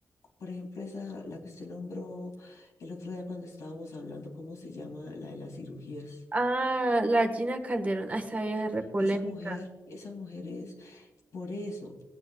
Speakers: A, on the left; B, on the right.
A: Por ejemplo, esa, la que usted nombró el otro día cuando estábamos hablando, ¿cómo se llama? La de las cirugías.
B: Ah, la Gina Calderón, ah, esa vieja es re polémica.
A: Esa mujer, esa mujer es por eso,